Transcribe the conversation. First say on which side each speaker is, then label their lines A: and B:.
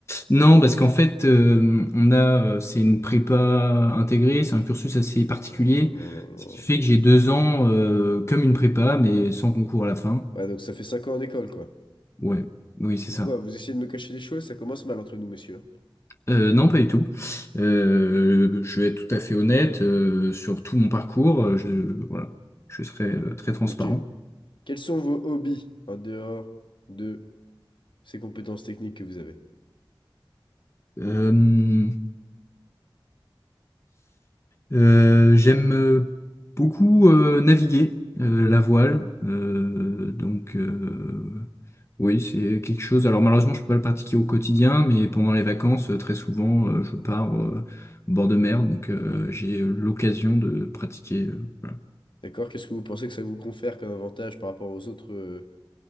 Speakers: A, on the left; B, on the left.
A: non, parce qu'en fait, euh, on a, euh, c'est une prépa intégrée, c'est un cursus assez particulier,
B: Oh là là là là.
A: ce qui fait que j'ai deux ans euh, comme une prépa, mais sans concours à la fin.
B: Ouais, donc ça fait cinq ans en école quoi.
A: Ouais, oui, c'est
B: Pourquoi?
A: ça.
B: Vous essayez de me cacher des choses, ça commence mal entre nous monsieur. hein.
A: Euh, non, pas du tout. Euh, je vais être tout à fait honnête euh, sur tout mon parcours. euh, Je, voilà, je serai euh, très transparent.
B: Ok. Quels sont vos hobbies en dehors de ces compétences techniques que vous avez?
A: Euh, euh, j'aime euh, beaucoup euh, naviguer euh, la voile. euh, donc euh, oui, c'est quelque chose. Alors malheureusement, je peux pas le pratiquer au quotidien, mais pendant les vacances, euh, très souvent, euh, je pars euh, au bord de mer, donc euh, j'ai l'occasion de pratiquer. euh, voilà.
B: D'accord? Qu'est-ce que vous pensez que ça vous confère comme avantage par rapport aux autres, euh,